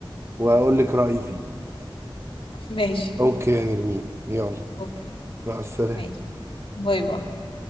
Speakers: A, on the right; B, on the left.
A: واقول لك رايي فيه
B: ماشي
A: اوكي يا نرمين يلا
B: اوكي
A: مع السلامه
B: ماشي باي باي